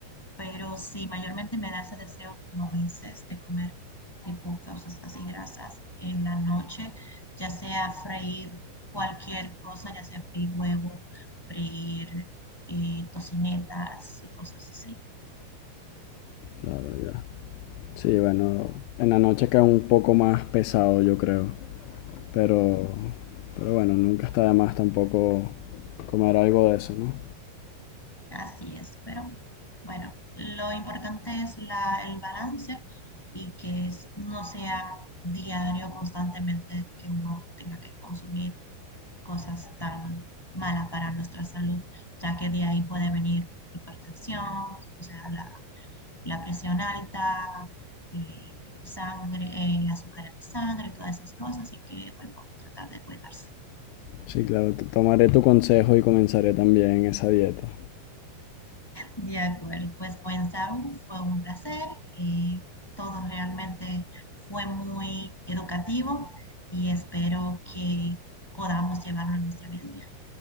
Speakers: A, in the centre; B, on the left.
A: pero sí, mayormente me da ese deseo como a veces de comer de pocas, o sea, así grasas en la noche, ya sea freír cualquier cosa, ya sea freír huevo, freír eh, tocinetas y cosas así.
B: Claro, ya. Sí, bueno, en la noche queda un poco más pesado, yo creo. Pero, pero bueno, nunca está de más tampoco comer algo de eso, ¿no?
A: Así es, pero bueno, lo importante es la, el balance y que es- no sea diario, constantemente, que uno tenga que consumir cosas tan malas para nuestra salud, ya que de ahí puede venir hipertensión, o sea, la, la presión alta, eh, sangre, eh, azúcar en la sangre, todas esas cosas, y que, bueno, tratar de cuidarse.
B: Sí, claro, t- tomaré tu consejo y comenzaré también esa dieta.
A: De acuerdo, pues buen Saru, fue un placer. eh, todo realmente fue muy educativo y espero que podamos llevarlo a nuestra vida diaria.